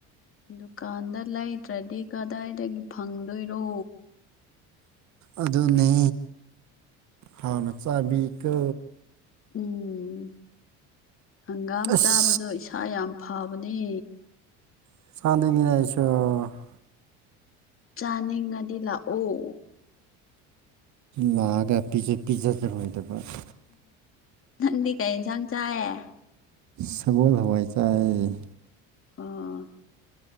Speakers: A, on the left (about 40°); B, on the right (about 55°).
A: ꯗꯨꯀꯥꯟꯗ ꯂꯩꯇ꯭ꯔꯗꯤ ꯀꯗꯥꯏꯗꯒꯤ ꯐꯪꯗꯣꯏꯔꯣ
B: ꯑꯗꯨꯅꯦ ꯍꯥꯎꯅ ꯆꯥꯕꯤꯀꯣ
A: ꯎꯝ ꯍꯪꯒꯥꯝ
B: ꯑꯁ
A: ꯆꯥꯕꯗꯣ ꯏꯁꯥ ꯌꯥꯝ ꯐꯕꯅꯦ
B: ꯁꯥꯟꯅꯤꯡꯉꯅꯦꯁꯨꯣ <unintelligible>
A: ꯆꯥꯅꯤꯡꯉꯗꯤ ꯂꯥꯛꯑꯣ
B: ꯂꯥꯛꯑꯒ ꯄꯤꯖꯨ ꯄꯤꯖꯔꯣꯏꯗꯕꯗ
A: ꯅꯪꯗꯤ ꯀꯩ ꯌꯦꯟꯁꯥꯡ ꯆꯥꯏꯌꯦ
B: ꯁꯒꯣꯜ ꯍꯋꯥꯏ ꯆꯥꯏ
A: ꯑꯥ